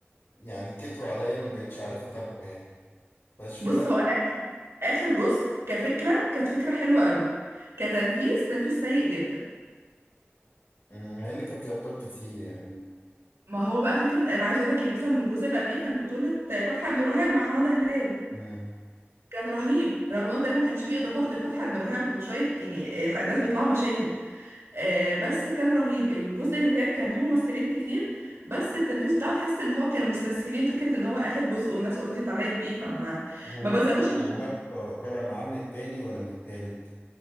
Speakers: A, on the left (about 80°); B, on the right (about 80°).
A: يعني كتروا عليا ما بقتش عارف أتابعه يعني مبقاش في
B: بص
A: وقت
B: هو اخر اخر جزء كفكره كانت فكره حلوه قوي كتنفيذ تنفيذ سيء جدا
A: مم، مع إن كان في أبطال كتير يعني
B: ما هو بقى فكره انا عايز اقول لك ان مثلا الجزء اللي قبليه كان بطوله فتحي عبد الوهاب مع حماده هلال
A: مم.
B: كان رهيب رغم انه تقريبا ما كانش فيه اضافات غير فتحي عبد الوهاب وشويه يعني آه، ناس بيطلعوا مشاهد آه، بس كان رهيب الجزء اللي فات كان فيه ممثلين كتير بس التنفيذ بتاعه تحس اللي هو كانوا مستسهلين فكره ان هو اخر جزء والناس اوريدي طلعت بيه فما
A: هو
B: ما بذلوش
A: فتحي أبو
B: مش
A: وهاب طالع معاه من التاني ولا من التالت؟